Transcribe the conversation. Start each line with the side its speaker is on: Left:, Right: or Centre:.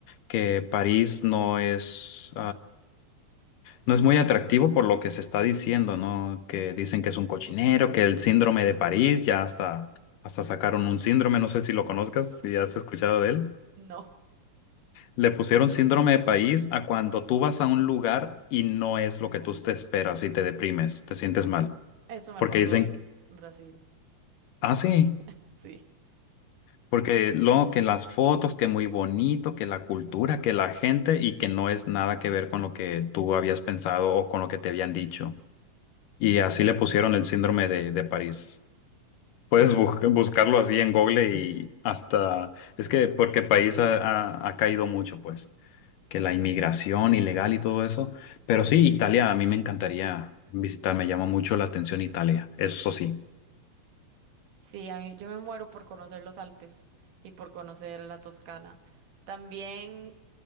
Left: que París no es,
Right: No,
Left: No es muy atractivo por lo que se está diciendo, ¿no? Que dicen que es un cochinero, que el síndrome de París, ya hasta, hasta sacaron un síndrome, no sé si lo conozcas, si
Right: <laughs>
Left: has escuchado de él.
Right: no,
Left: Le pusieron síndrome de París a cuando tú vas a un lugar y no es lo que tú te esperas y te deprimes, te sientes mal.
Right: eso me
Left: Porque
Right: pasó
Left: dicen,
Right: en Brasil,
Left: ah, sí,
Right: <laughs> sí.
Left: porque lo que las fotos, que muy bonito, que la cultura, que la gente y que no es nada que ver con lo que tú habías pensado o con lo que te habían dicho. Y así le pusieron el síndrome de, de París. Puedes
Right: No,
Left: busca- buscarlo así en Google y hasta, es que porque el país ha, ha- ha caído mucho, pues, que la inmigración ilegal y todo eso. Pero sí, Italia, a mí me encantaría visitar, me llama mucho la atención Italia, eso sí.
Right: Sí, a mí, yo me muero por conocer los Alpes y por conocer la Toscana. También